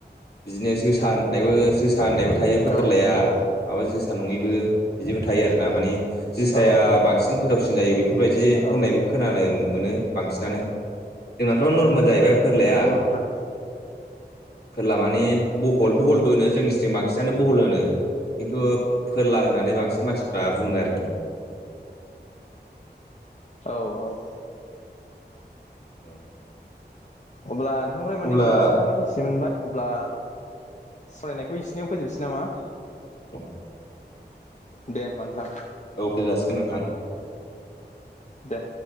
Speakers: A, on the left (about 65°); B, on the left (about 40°).
A: बिदिनो जोसा होननायबो जोसा होननायबो थायो फोरलाया
B: औ नंगौ नोंथां
A: माबा जोसा जोसा नङैबो बिदिबो थायो आरोना माने जोसाया
B: औ औ
A: बांसिन गोदावसिन जायो बेफोरबायदि
B: औ
A: होननायबो खोनानो मोनो बांसिनानो जोंनाथ' नर्मेल जाहैबाय फोरलाया
B: नंगौ नोंथां
A: फोरला माने बहल बहलबो होनो जोंनि सिं बांसिनानो बहल होनो खिन्थु फोरला होननानै बांसिन मानसिफ्रा बुङो आरो
B: औ-औ
A: औ
B: अब्ला नोंथांनिफ्राय माने
A: अब्ला
B: गोबां खोथाफोर मिथि मोनबाय अब्ला फरायनायखौ इसिनियाव फैजोबसै नामा
A: औ
B: दे होनबा नोंथां
A: औ फै जासिगोन नोंथां
B: दे